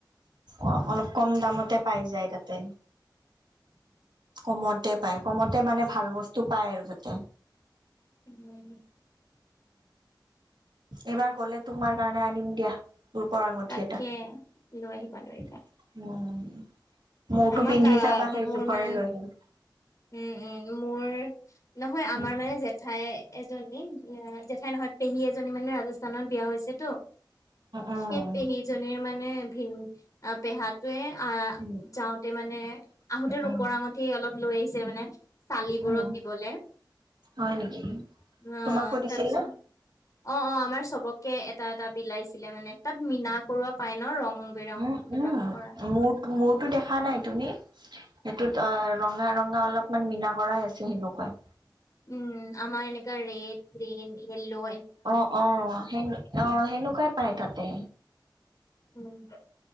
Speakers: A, on the left; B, on the right.
A: উম
B: অ অলপ কম দামতে। পাই যায় তাতে। কমতে পায় কমতে মানে ভাল বস্তু পায় আৰু যাতে।
A: <unintelligible>
B: এইবাৰ গলে তোমাৰ কাৰণে আনিম দিয়া। ৰূপৰ আঙঠি
A: তাকে
B: এটা
A: লৈ আহিবা লৈ আহিবা
B: উম। মূৰটো
A: আমাক
B: পিন্ধি চাবা সেই
A: মোৰ
B: জোখৰে
A: মানে
B: লৈ আহিম।
A: উম উম মোৰ নহয় আমাৰ
B: উম
A: মানে জেঠাই এজনী। এ জেঠাই নহয় পেহী এজনী মানে ৰাজস্থানত বিয়া হৈছেতো।
B: উম
A: সেই পেহীজনীৰ মানে ভিন। অ পেহাটোৱে আহ
B: উম
A: যাওঁতে মানে আহোতে ৰূপৰ
B: উম
A: আঙঠি অলপ লৈ আহিছে। মানে চালিবোৰক
B: উম,
A: দিবলৈ।
B: হয় নেকি
A: অ
B: তোমাকো দিছিল
A: তাৰপিছত
B: ন
A: অ অ আমাৰ চবকে এটা এটা বিল। লাইছিলে মানে তাত মিনা কৰোৱা পাই ন ৰং। বিৰং
B: উম
A: কিবা
B: উম
A: কৰা
B: মোৰ মোৰতো দেখা নাই তুমি। সেইটোত অ ৰঙা ৰঙা অলপমান মীনা কৰাই আছে সেনেকুৱাই।
A: উম আমাৰ এনেকা ৰেড গ্ৰীন ইয়েললউ
B: অ অ সে অ সেনেকুৱাই পায় তাতে।
A: উম।